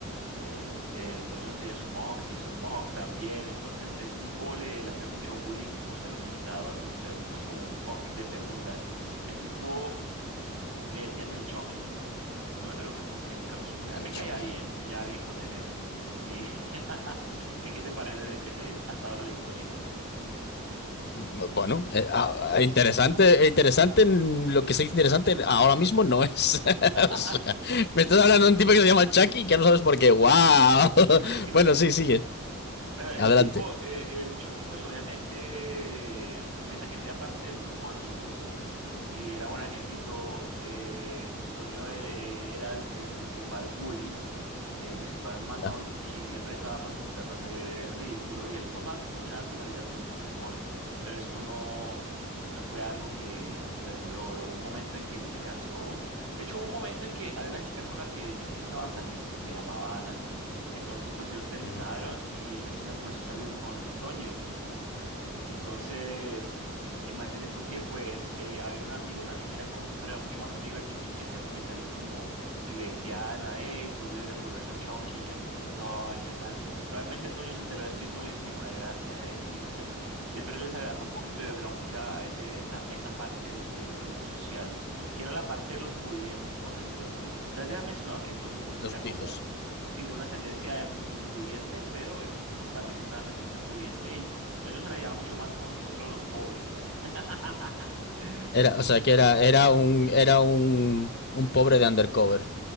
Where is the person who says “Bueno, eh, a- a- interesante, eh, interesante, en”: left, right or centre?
Left